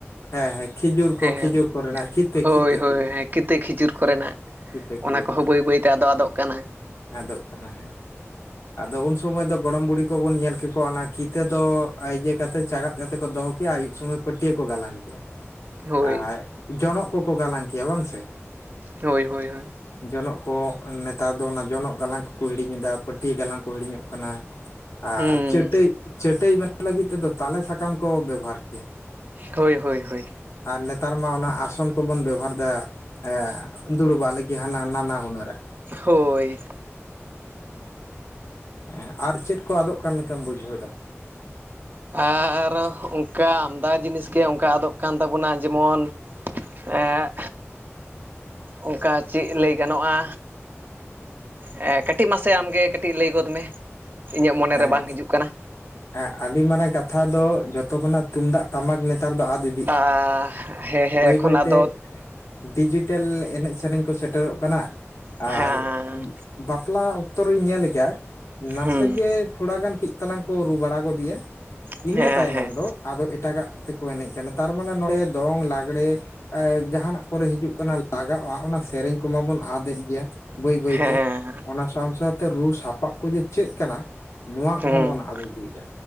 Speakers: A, on the left (about 85°); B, on the right (about 45°).
A: ᱦᱮᱸ ᱦᱮᱸ ᱠᱷᱤᱡᱩᱨ ᱠᱚ
B: ᱦᱮᱸ
A: ᱠᱷᱤᱡᱩᱨ ᱠᱚᱨᱮᱱᱟᱜ ᱠᱤᱛᱟᱹ
B: ᱦᱳᱭ
A: ᱠᱤᱛᱟᱹ
B: ᱦᱳᱭ
A: ᱠᱤᱛᱟᱹ᱾
B: ᱦᱮᱸ ᱠᱤᱛᱟᱹ ᱠᱷᱤᱡᱩᱨ ᱠᱚᱨᱮᱱᱟᱜ,
A: ᱠᱤᱛᱟᱹ
B: ᱚᱱᱟ
A: ᱠᱷᱤᱡᱩᱨ
B: ᱠᱚᱦᱚᱸ
A: ᱠᱚᱨᱮᱱᱟᱜ
B: ᱵᱟᱹᱭ ᱵᱟᱹᱭᱛᱮ ᱟᱫᱚ ᱟᱫᱚᱜ ᱠᱟᱱᱟ
A: ᱟᱫᱚᱜ ᱠᱟᱱᱟ ᱦᱮᱸ᱾ ᱟᱫᱚ ᱩᱱ ᱥᱩᱢᱚᱭ ᱫᱚ ᱜᱚᱲᱚᱢ ᱵᱩᱲᱦᱤ ᱠᱚᱵᱚᱱ ᱧᱮᱞ ᱠᱮᱠᱚᱣᱟ ᱚᱱᱟ ᱠᱤᱛᱟᱹ ᱫᱚ ᱮᱸ ᱤᱭᱟᱹ ᱠᱟᱛᱮ ᱪᱟᱜᱟᱫ ᱠᱟᱛᱮ ᱠᱚ ᱫᱚᱦᱚ ᱠᱮᱭᱟ ᱟᱭᱩᱵ ᱥᱚᱢᱚᱭ ᱯᱟᱹᱴᱭᱟᱹ ᱠᱚ ᱜᱟᱞᱟᱝ ᱠᱮᱭᱟ᱾
B: ᱦᱳᱭ
A: ᱟᱨ ᱡᱚᱱᱚᱜ ᱠᱚᱠᱚ ᱜᱟᱞᱟᱝ ᱠᱮᱭᱟ ᱵᱟᱝ ᱥᱮ?
B: ᱦᱳᱭ ᱦᱳᱭ ᱦᱳᱭ᱾
A: ᱡᱚᱱᱚᱜ ᱠᱚ, ᱱᱮᱛᱟᱨ ᱫᱚ ᱚᱱᱟ ᱡᱚᱱᱚᱜ ᱜᱟᱞᱟᱝ ᱠᱚᱠᱚ ᱦᱤᱲᱤᱧ ᱮᱫᱟ ᱯᱟᱹᱴᱭᱟᱹ ᱜᱟᱞᱟᱝ ᱠᱚ ᱦᱤᱲᱤᱧᱚᱜ ᱠᱟᱱᱟ᱾ ᱟᱨ
B: ᱦᱩᱸ
A: ᱪᱟᱹᱴᱟᱹᱭ ᱪᱟᱹᱴᱟᱹᱭ ᱵᱮᱱᱟᱣ ᱞᱟᱹᱜᱤᱫ ᱛᱮᱫᱚ ᱛᱟᱞᱮ ᱥᱟᱠ ᱠᱟᱢ ᱠᱚ ᱵᱮᱵᱚᱦᱟᱨ ᱠᱮᱭᱟ᱾
B: ᱦᱳᱭ ᱦᱳᱭ ᱦᱳᱭ
A: ᱟᱨ ᱱᱮᱛᱟᱨ ᱢᱟ ᱚᱱᱟ ᱟᱥᱚᱱ ᱠᱚᱵᱚᱱ ᱵᱮᱵᱚᱦᱟᱨ ᱫᱟ ᱮ ᱫᱩᱲᱩᱵ ᱟᱜ ᱞᱟᱜᱤᱫ ᱦᱟᱱᱟ ᱱᱟᱱᱟ ᱦᱩᱱᱟᱹᱨᱟᱜ᱾
B: ᱦᱳᱭ᱾
A: ᱮᱸ ᱟᱨ ᱪᱮᱫ ᱠᱚ ᱟᱫᱚᱜ ᱠᱟᱱ ᱞᱮᱠᱟᱢ ᱵᱩᱡᱷᱟᱹᱣ ᱮᱫᱟ?
B: ᱟᱨ ᱚᱱᱠᱟ ᱟᱢᱫᱟ ᱡᱤᱱᱤᱥ ᱜᱮ ᱚᱱᱠᱟ ᱟᱫᱚᱜ ᱠᱟᱱ ᱛᱟᱵᱚᱱᱟ ᱡᱮᱢᱚᱱ ᱮᱸᱜ, ᱚᱱᱠᱟ ᱪᱮᱫ ᱞᱟᱹᱭ ᱜᱟᱱᱚᱜᱼᱟ? ᱮᱸ ᱠᱟᱹᱴᱤᱡ ᱢᱟᱥᱮ ᱟᱢ ᱜᱮ ᱠᱟᱹᱴᱤᱡ ᱞᱟᱹᱭ ᱜᱚᱫ ᱢᱮ᱾ ᱤᱧᱟᱹᱜ ᱢᱚᱱᱮᱨᱮ
A: ᱮ᱾
B: ᱵᱟᱝ ᱦᱤᱡᱩᱜ ᱠᱟᱱᱟ
A: ᱮᱸᱜ ᱟᱹᱰᱤ ᱢᱟᱨᱟᱝ ᱠᱟᱛᱷᱟ ᱫᱚ ᱡᱷᱚᱛᱚ ᱠᱷᱚᱱᱟᱜ ᱛᱩᱢᱫᱟᱜ ᱴᱟᱢᱟᱠ ᱱᱮᱛᱟᱨ ᱫᱚ ᱟᱫ ᱤᱫ
B: ᱟᱻ ᱦᱮᱸ ᱦᱮᱸ
A: ᱵᱟᱹᱭ
B: ᱮᱠᱷᱚᱱ
A: ᱵᱟᱹᱭ
B: ᱟᱫᱚ
A: ᱛᱮ ᱰᱤᱡᱤᱴᱮᱞ ᱮᱱᱮᱡ ᱥᱮᱨᱮᱧ ᱠᱚ ᱥᱮᱴᱮᱨᱚᱜ ᱠᱟᱱᱟ,
B: ᱦᱮᱸ
A: ᱟᱨ ᱵᱟᱯᱞᱟ ᱚᱠᱛᱚ ᱨᱤᱧ ᱧᱮᱞ ᱜᱮᱭᱟ ᱱᱟᱥᱮ
B: ᱦᱩᱸ
A: ᱜᱮ ᱛᱷᱚᱲᱟᱜᱟᱱ ᱠᱟᱹᱡ ᱛᱟᱞᱟᱝ ᱠᱚ ᱨᱩ ᱵᱟᱲᱟ ᱜᱚᱫ ᱜᱮᱭᱟ,
B: ᱦᱮᱸ
A: ᱤᱱᱟᱹ ᱛᱟᱭᱱᱚᱢ
B: ᱦᱮᱸ
A: ᱫᱚ ᱟᱫᱚ ᱮᱴᱟᱜᱟᱜ ᱛᱮᱠᱚ ᱮᱱᱮᱜ ᱠᱟᱱᱟ, ᱛᱟᱨᱢᱟᱱᱮ ᱱᱚᱰᱮ ᱫᱚᱝ ᱞᱟᱜ ᱜᱬᱮ ᱮᱸ ᱡᱟᱦᱟᱱᱟᱜ ᱠᱚᱨᱮ ᱦᱤᱡᱩᱜ ᱠᱟᱱᱟ ᱞᱟᱜᱟᱜᱼᱟ ᱚᱱᱟ ᱥᱮᱨᱮᱧ ᱠᱚᱢᱟ ᱵᱚᱱ ᱟᱫ ᱮᱫ ᱜᱮᱭᱟ᱾ ᱵᱟᱹᱭ ᱵᱟᱹᱭᱛᱮ,
B: ᱦᱮᱸ
A: ᱚᱱᱟ ᱥᱟᱶ ᱥᱟᱶᱛᱮ ᱨᱩ ᱥᱟᱯᱟᱵ ᱠᱚ ᱡᱮ ᱪᱮᱜ ᱠᱟᱱᱟ ᱱᱚᱣᱟ ᱠᱚᱦᱚᱸ
B: ᱦᱩᱸ,
A: ᱵᱚᱱ ᱟᱫ ᱤᱫᱤᱭᱮᱫᱟ